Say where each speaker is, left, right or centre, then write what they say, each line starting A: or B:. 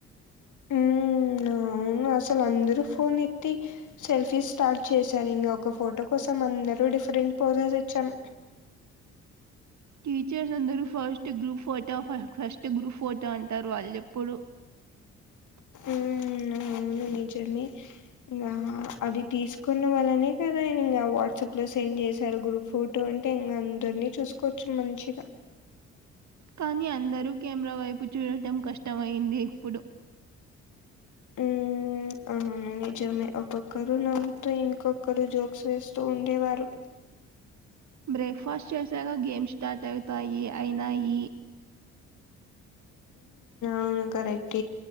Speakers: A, on the left; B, on the right.
A: ఉమ్ అవును, అసలు అందరు ఫోన్ఎత్తి సెల్ఫీస్ స్టార్ట్ చేశారు. ఇంగ ఒక ఫోటో కోసం అందరం డిఫరెంట్ పోజెస్ ఇచ్చాం.
B: టీచర్స్ అందరూ ఫస్ట్ గ్రూప్ ఫోటో ఫా ఫస్ట్ గ్రూప్ ఫోటో అంటారు. వాళ్ళు ఎప్పుడు <inaudible>
A: ఉమ్ అవును నిజమే ఇగ అది తీసుకున్న వాళ్లనే కదా ఆయన ఇంకా వాట్సాప్ లో సెండ్ చేశారు. గ్రూప్ ఫొటో టూ అంటే ఇంగ అందరినీ చూసుకోచ్చు మంచిగా
B: కానీ అందరూ కెమెరా వైపు చూడటం కష్టంమయింది. ఇప్పుడు
A: ఉమ్ అవును నిజమే ఒక్కక్కరు నవ్వుతూ ఇంకొక్కరు జోక్స్ వేస్తూ ఉండేవారు.
B: బ్రేక్ఫాస్ట్ చేసాక గేమ్ స్టార్ట్ అవుతాయి. అయినాయి
A: అ, కరెక్ట్